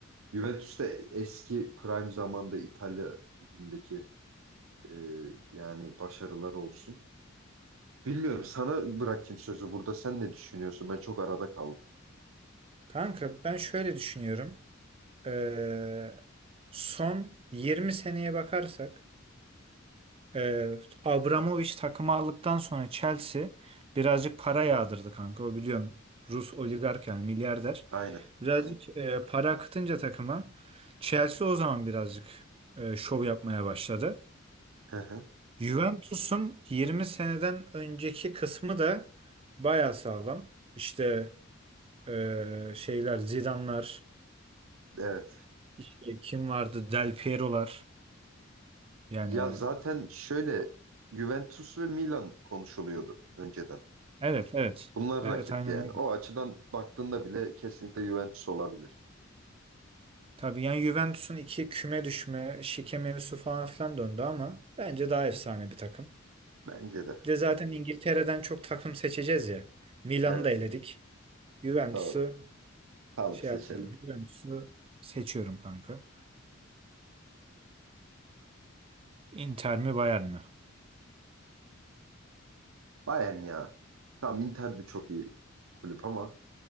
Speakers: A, on the right (about 80°); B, on the right (about 30°).
A: Juventus'te eski prime zamanda İtalya ligindeki Ee, yani başarılar olsun. Bilmiyorum sana bırakayım sözü burada. Sen ne düşünüyorsun? Ben çok arada kaldım.
B: Kanka ben şöyle düşünüyorum. Ee, son 20 seneye bakarsak Ee, Abramovich takımı aldıktan sonra Chelsea birazcık para yağdırdı kanka. O biliyorsun Rus oligark yani milyarder.
A: Aynen,
B: Birazcık
A: aynen.
B: e, para akıtınca takıma Chelsea o zaman birazcık e, şov yapmaya başladı.
A: Hı hı,
B: Juventus'un 20 seneden önceki kısmı da baya sağlam. İşte e, şeyler Zidane'lar,
A: Evet.
B: işte kim vardı? Del Piero'lar. Yani
A: Ya zaten şöyle Juventus ve Milan konuşuluyordu önceden.
B: evet evet.
A: Bunlar
B: Evet
A: rakipti
B: aynen
A: yani.
B: öyle.
A: O açıdan baktığında bile kesinlikle Juventus olabilir.
B: Tabii yani Juventus'un iki küme düşme, şike mevzusu falan filan döndü ama bence daha efsane bir takım.
A: Bence de.
B: Bir de zaten İngiltere'den çok takım seçeceğiz ya. Milan'ı
A: Evet,
B: da eledik. Juventus'u
A: doğru. Tamam
B: şey
A: seçelim.
B: yapmayalım. Juventus'u seçiyorum kanka. Inter mi Bayern mi?
A: Bayern ya. Tamam Inter de çok iyi kulüp ama